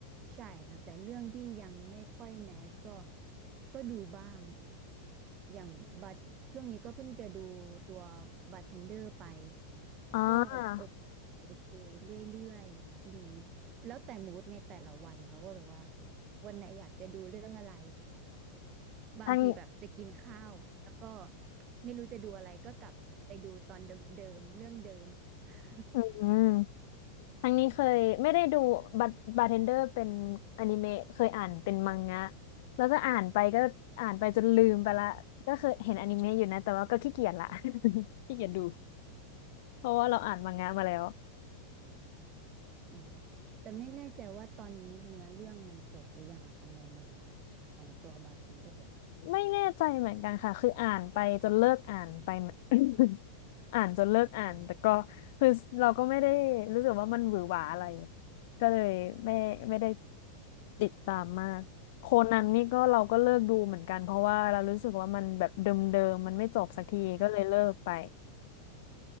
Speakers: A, on the right; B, on the left.
A: ใช่ค่ะแต่เรื่องที่ยังไม่ค่อยแมสก็ก็ดูบ้าง อย่างบัตเรื่องนี้ก็เพิ่งจะดูตัวบัตเทนเดอร์ไป
B: อ๋อ
A: ก็โอโอเคเรื่อยๆดี แล้วแต่มูดในแต่ละวันค่ะว่าแบบว่าวันไหนอยากจะดูเรื่องอะไร บางทีแบบจะกินข้าวแล้วก็
B: ทาง
A: ไม่รู้จะดูอะไรก็กลับไปดูตอนเดิมๆเรื่องเดิม <laughs>
B: อืมทางนี้เคยไม่ได้ดูบาบาร์เทนเดอร์เป็นอนิเมะเคยอ่านเป็นมังงะแล้วก็อ่านไปก็อ่านไปจนลืมไปละก็เคยเห็นอนิเมะอยู่นะแต่ว่าก็ขี้เกียจละ <laughs> ขี้เกียจดูเพราะว่าเราอ่านมังงะมาแล้ว
A: อ๋อแต่ไม่แน่ใจว่าตอนนี้เนื้อเรื่องมันจบหรือยังอะคะในมังงะของตัวบาร์เทนเดอร์อะค่ะ
B: ไม่แน่ใจเหมือนกันค่ะ คืออ่านไปจนเลิกอ่านไปเหมือน <coughs> <laughs> อ่านจนเลิกอ่านแต่ก็คือเราก็ไม่ได้รู้สึกว่ามันหวือหวาอะไรก็เลยไม่ไม่ได้ติดตามมากโคนันนี่ก็เราก็เลิกดูเหมือนกันเพราะว่าเรารู้สึกว่ามันแบบเดิมๆมันไม่จบสักทีก็เลยเลิกไป